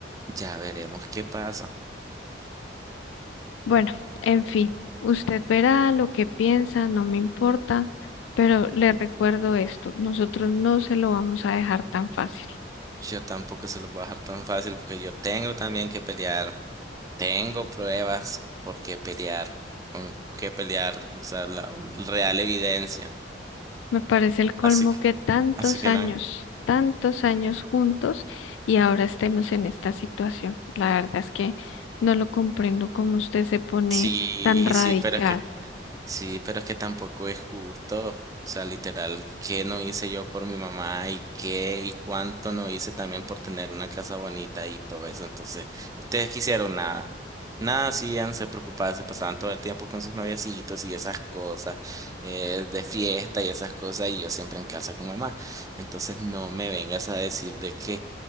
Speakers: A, on the right (about 20°); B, on the left (about 85°).
A: ya veremos qué pasa.
B: Bueno, en fin, usted verá lo que piensa, no me importa, pero le recuerdo esto, nosotros no se lo vamos a dejar tan fácil.
A: Yo tampoco se los voy a dejar tan fácil porque yo tengo también que pelear. Tengo pruebas por qué pelear, con qué pelear, o sea, la un- real evidencia.
B: Me parece el colmo
A: Así que,
B: que tantos
A: así que
B: años,
A: no.
B: tantos años juntos y ahora estemos en esta situación. La verdad es que no lo comprendo cómo usted se pone
A: Sí,
B: tan radical,
A: sí, pero es que Sí, pero es que tampoco es justo. O sea, literal, ¿qué no hice yo por mi mamá y qué y cuánto no hice también por tener una casa bonita y todo eso? Entonces, ustedes quisieron nada. Nada, hacían, se preocupaban, se pasaban todo el tiempo con sus noviecitos y esas cosas, eh, de fiesta y esas cosas, y yo siempre en casa con mamá. Entonces, no me vengas a decir de que,